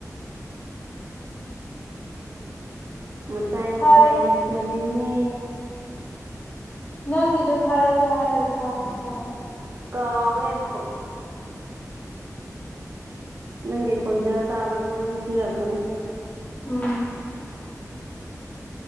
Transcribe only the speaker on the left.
ꯊꯥꯔꯛ
ꯅꯪꯒꯤꯗꯣ ꯊꯥꯔꯛꯀꯦ ꯍꯥꯏꯔꯒ ꯊꯥꯁꯤ ꯊꯔꯛꯀꯦ
ꯎꯝ